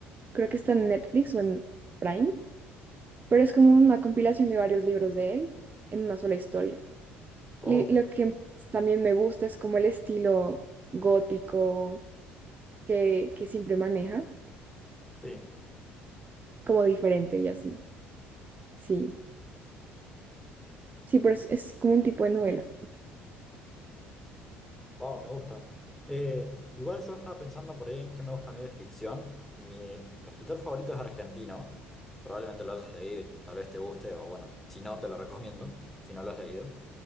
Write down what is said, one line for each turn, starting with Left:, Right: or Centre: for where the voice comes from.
Right: creo que está en Netflix o en Prime, pero es como una compilación de varios libros de él en una sola historia. Y
Centre: Oh,
Right: lo que pues, también me gusta es como el estilo gótico que, que siempre maneja,
Centre: sí.
Right: como diferente y así. Sí, sí, pero es, es como un tipo de novela.
Centre: Wow, me gusta. Eh, igual yo estaba pensando por ahí en qué me gusta a mí de ficción. Mi escritor favorito es argentino. Probablemente lo hayas leído y tal vez te guste, o bueno, si no, te lo recomiendo, si no lo has leído.